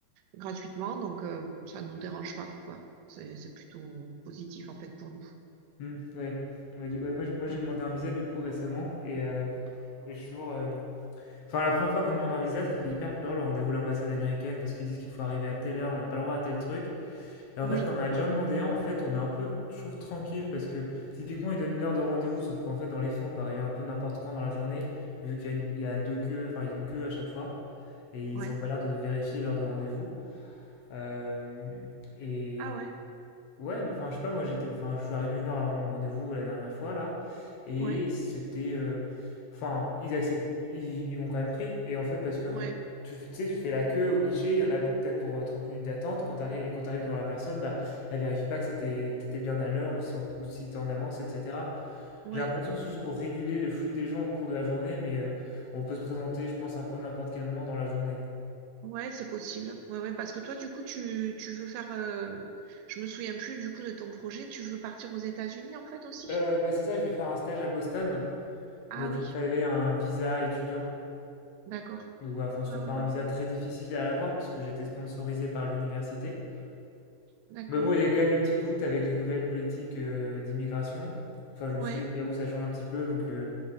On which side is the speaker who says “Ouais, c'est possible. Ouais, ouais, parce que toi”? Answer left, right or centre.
Right